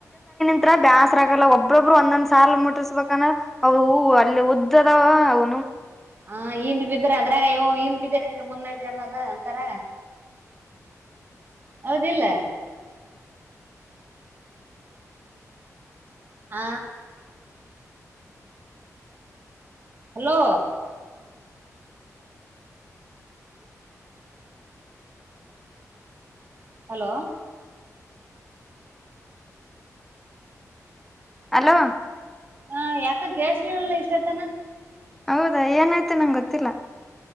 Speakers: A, in the centre; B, on the right (about 40°).
A: ಹತ್ರ ಬ್ಯಾಸ್ರ ಆಗಲ್ಲ ಒಬ್ಬೊಬ್ಬರು ಒಂದೊಂದ್ ಸಾರ್ಲ್ ಮುಟ್ಟರ್ಸ್ಬೇಕಂದ್ರ ಅವದು ಹೂವು ಅಲ್ಲಿ ಉದ್ದ ಾವ ಅವ
B: ಹಾ ಹಿಂದ್ ಬಿದ್ರೆ ಅದ್ರಾಗ ನಿಿಂದ ಬಿದ್ದ ಮುಂದಟಿ ಅನ್ನದ ಅಂತಾರ ಹೌದಿಲ್ಲ ಆ ಹಲೋ ಹಲೋ
A: ಅಲೋ
B: ಹ ಯಾಕ ಕೇಳ್ಸಲಿಲ್ಲ ಇಷ್ಟತನ
A: ಹೌದಾ ಏನಾಯ್ತ ನಂಗೆ ಗೊತ್ತಿಲ್ಲ